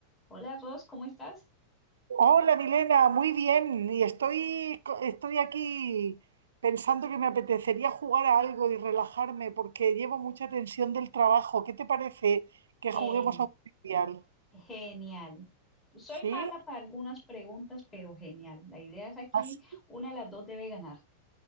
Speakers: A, on the left; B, on the right.
A: Hola Ros, ¿cómo estás?
B: Hola Milena, muy bien. Y estoy, estoy aquí pensando que me apetecería jugar a algo y relajarme porque llevo mucha tensión del trabajo. ¿Qué te parece que
A: Gen-
B: juguemos a un trivial?
A: genial. Soy
B: ¿Sí?
A: mala para algunas preguntas, pero genial. La idea es aquí,
B: Así.
A: una de las dos debe ganar.